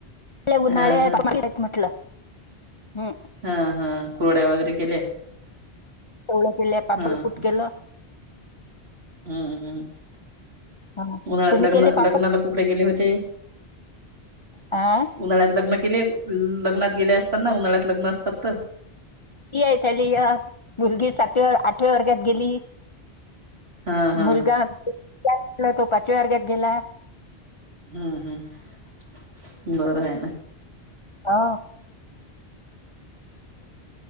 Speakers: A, on the left (about 40°); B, on the right (about 75°).
A: उन्हाळ्या
B: हा हा
A: म्हटलं.. हम्म.
B: हा हा कुरड्या वगैरे केल्या..
A: सलं केले पापडपूट
B: हा हा
A: केलं..
B: हम्म हम्म
A: हा.
B: उन्हाळ्यात
A: तुम्ही
B: लग्न
A: केले पापड
B: लग्नाला कुकडे गेले होते.
A: हा
B: उन्हाळ्यात लग्न केले. लग्नात गेले असतात ना उन्हाळ्यात लग्न असतात तर.
A: ती आहे त्याली अ, मुलगी सातव्या आठव्या वर्गात गेली
B: हा हा
A: मुलगा काटल तो पाचव्या वर्गत गेला.
B: हम्म हम्म बरं आहे ना.
A: हा.